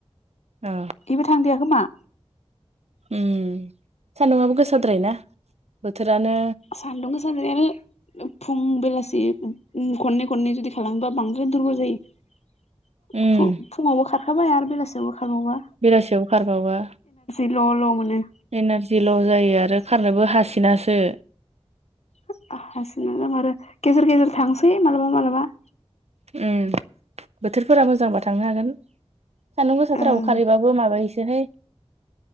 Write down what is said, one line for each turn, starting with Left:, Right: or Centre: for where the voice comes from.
Right: अ
Left: बेबो थांदिया खोमा
Right: उम सान्दुंआबो गोसाद्राय ना बोथोरानो
Left: सानदुं गोसा <unintelligible> फुं बेलासि खननै खननै जुदि खालामोबा बांद्राय दुरबल जायो
Right: उम
Left: फु फुङावबो खारखाबाय आरो बेलासियावबो खारबावबा
Right: बेलासियाव खारबाबा
Left: <unintelligible>
Right: एनारजि ल' जायो आरो खारनोबो हासिनासो
Left: <unintelligible> आरो गेजेर गेजेर थांसै मालाबा मालाबा
Right: उम बोथोरफोरा मोजांबा थांनो हागोन सान्दुं गोसाफोराव
Left: ओं
Right: खारहैबाबो माबायोसोहाय